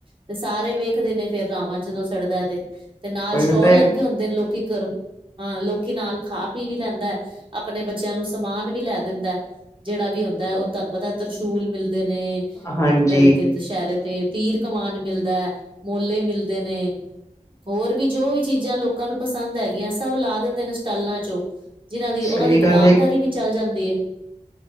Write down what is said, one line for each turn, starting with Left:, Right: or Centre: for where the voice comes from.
Right: ਤੇ ਸਾਰੇ ਵੇਖਦੇ ਨੇ ਫੇਰ ਰਾਵਣ ਜਦੋਂ ਸੜਦਾ ਤੇ। ਤੇ ਨਾਲ
Left: ਉਹੀ
Right: ਸਟੋਲ
Left: ਤਾਂ
Right: ਲੱਗੇ ਹੁੰਦੇ ਨੇ ਲੋਕੀ ਘਰੋਂ ਹਾਂ ਲੋਕ ਕੀ ਨਾਲ ਖਾ ਪੀ ਵੀ ਲੈਂਦਾ ਹੈ, ਆਪਣੇ ਬੱਚਿਆਂ ਨੂੰ ਸਮਾਨ ਵੀ ਲੈ ਦਿੰਦਾ। ਜਿਹੜਾ ਵੀ ਹੁੰਦਾ ਉਹ ਤੁਹਾਨੂੰ ਪਤਾ ਤਰਿਸ਼ੂਲ ਮਿਲਦੇ ਨੇ,
Left: ਹਾਂਜੀ,
Right: ਤੇ ਦੁਸਹਿਰੇ ਤੇ ਤੀਰ ਕਮਾਨ ਮਿਲਦਾ, ਮੋਲੇ ਮਿਲਦੇ ਨੇ, ਹੋਰ ਵੀ ਜੋ ਵੀ ਚੀਜਾ ਲੋਕਾਂ ਨੂੰ ਪਸੰਦ ਹੈਗੀਆਂ ਸਭ ਲਾ ਦਿੰਦੇ ਨੇ ਸਟਾਲਾਂ ਚੋ। ਜਿਨ੍ਹਾਂ ਦੀ
Left: ਸਹੀ
Right: ਉਹਨਾਂ ਦੀ ਦੁਕਾਨਦਾਰੀ
Left: ਗੱਲ
Right: ਵੀ ਚੱਲ ਜਾਦੀ ਹੈ।